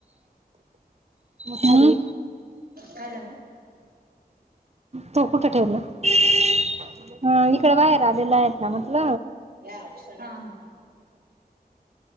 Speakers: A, on the right; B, on the right.
A: हुं
B: काय जणार.
A: तो कुठं ठेवलं अ इकड बाहेर आलेला आहेत ना म्हटल.
B: या हा ह.